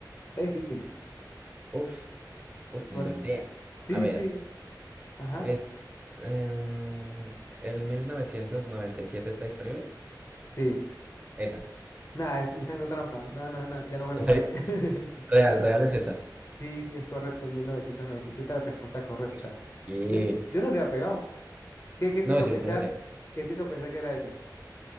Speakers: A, on the left; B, on the right.
A: Está difícil.
B: uf, uf, ni
A: Por...
B: idea.
A: Sí,
B: A ver,
A: sí. Ajá.
B: es. em, ¿el 1997 está disponible?
A: Sí.
B: Esa.
A: Nada, me está haciendo trampa. No, no, no. Ya no juego
B: ¿En
A: más.
B: serio?
A: <laughs>
B: Real, real es esa.
A: Sí, es correcto. 1997, la respuesta correcta.
B: Pues, Sí.
A: Yo, no yo no le había pegado. ¿Qué, qué
B: No,
A: te hizo
B: yo,
A: pensar?
B: yo no sé.
A: ¿Qué te hizo pensar que era esa?